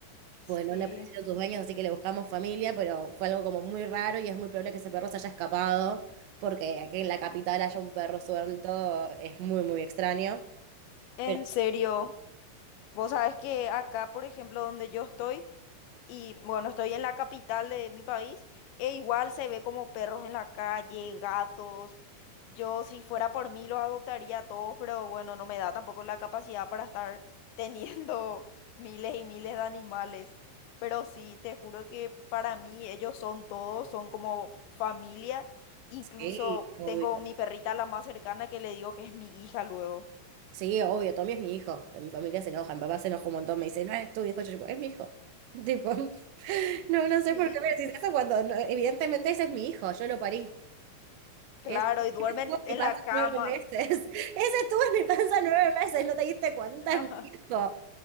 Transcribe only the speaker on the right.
pues no le pareció a tus dueños, así que le buscamos familia, pero fue algo como muy raro y es muy probable que ese perro se haya escapado, porque aquí en la capital haya un perro suelto, es muy, muy extraño.
Pero
sí, obvio.
Sí, obvio, Tommy es mi hijo. que Mi familia se enoja, mi papá se enoja un montón, me dice, no es tu hijo, yo digo, es mi hijo. <laughs> Tipo, no, no sé
por qué me decís eso cuando, no, evidentemente ese es mi hijo, yo lo parí.
Ese, <laughs> ese
estuvo en
mi panza
nueve meses.
<laughs> Ese estuvo en mi panza nueve meses, ¿no te diste cuenta?
Es mi hijo.